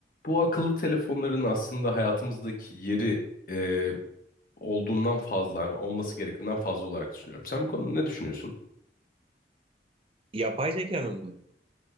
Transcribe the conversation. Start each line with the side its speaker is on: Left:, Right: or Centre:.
Left: Bu akıllı telefonların aslında hayatımızdaki yeri e, olduğundan fazla, hani olması gerektiğinden fazla olarak düşünüyorum. Sen bu konuda ne düşünüyorsun?
Right: Yapay zekanın mı?